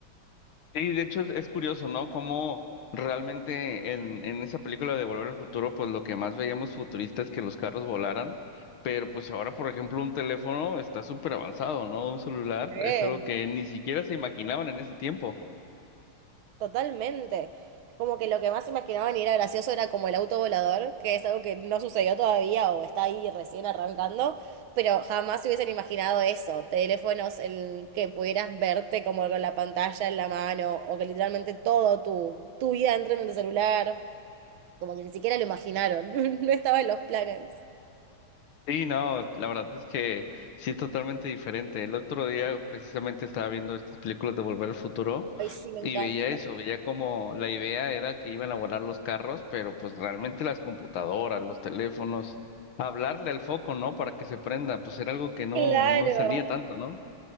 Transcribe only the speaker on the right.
Sí.
Totalmente. Como que lo que más imaginaban y era gracioso era como el auto volador, que es algo que no sucedió todavía o está ahí recién arrancando, pero jamás se hubiesen imaginado eso. Teléfonos en que pudieras verte como con la pantalla en la mano o que literalmente todo tu, tu vida entra en el celular. Como que ni siquiera lo imaginaron. <laughs> No estaba en los planes.
Ay, sí, me encanta.
Claro.